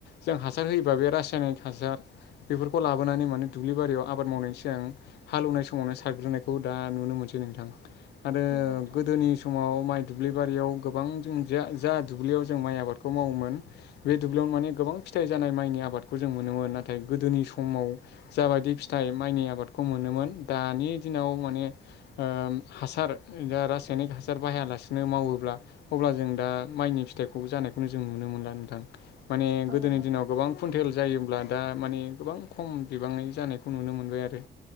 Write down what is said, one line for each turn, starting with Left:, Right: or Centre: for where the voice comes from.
Left: जों हासार होयोबा बे रासायनिक हासार बेफोरखौ लाबोनानै माने दुब्लि बारियाव आबाद मावनायनि सिगां हालवनाय समावनो सारग्रोनायखौ दा नुनो मोनसै नोंथां आरो
Right: औ नोंथां
Left: गोदोनि समाव माइ दुब्लि बारियाव गोबां जों जा दुब्लियाव जों माइ आबादखौ मावोमोन बे दुब्लियावनो माने गोबां फिथाइ जानाय माइनि आबादखौ जों मोनोमोन नाथाय गोदोनि समाव जाबायदि फिथाइ माइनि आबादखौ मोनो मोन दानि दिनाव माने ओ हासार दा रासायनिक हासार बाहायालासिनो मावोब्ला अब्ला जों दा माइनि फि फिथाइखौ जानायखौनो जों नुनो मोनला नोंथां माने
Right: औ
Left: गोदोनि
Right: नोंथां
Left: दिनाव गोबां कुन्टेल जायोब्ला दा माने गोबां खम बिबाङै जानायखौ नुनो मोनबाय आरो